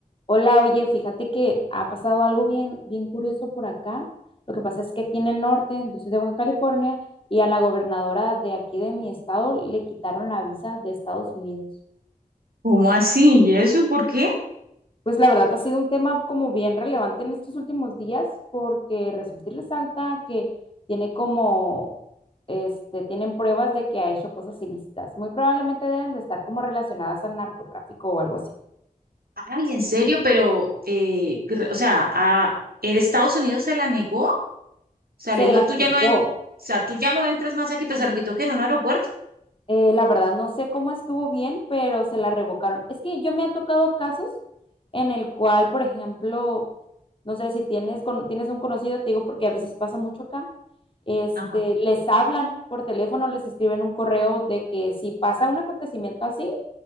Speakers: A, on the left; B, on the right.
A: Hola, oye, fíjate que ha pasado algo bien, bien curioso por acá. Lo que pasa es que aquí en el norte, yo soy de Baja California, y a la gobernadora de aquí de mi estado le quitaron la visa de Estados Unidos.
B: ¿Cómo así? ¿Y eso por qué?
A: Pues la verdad ha sido un tema como bien relevante en estos últimos días porque resulta y resalta que tiene como, este, tienen pruebas de que ha hecho cosas ilícitas. Muy probablemente deben de estar como relacionadas al narcotráfico o algo así.
B: Ay, en serio, pero, eh, gr- o sea, a, ¿el Estados Unidos se la negó? O sea,
A: Se
B: le dijo,
A: la
B: tú
A: quitó.
B: ya no, en- o sea, tú ya no entras más aquí, pero se lo quitó que en un aeropuerto.
A: Eh, la verdad, no sé cómo estuvo bien, pero se la revocaron. Es que yo me ha tocado casos en el cual, por ejemplo, no sé si tienes, cono- tienes un conocido, te digo porque a veces pasa mucho acá, este,
B: Ajá.
A: les hablan por teléfono, les escriben un correo de que si pasa un acontecimiento así,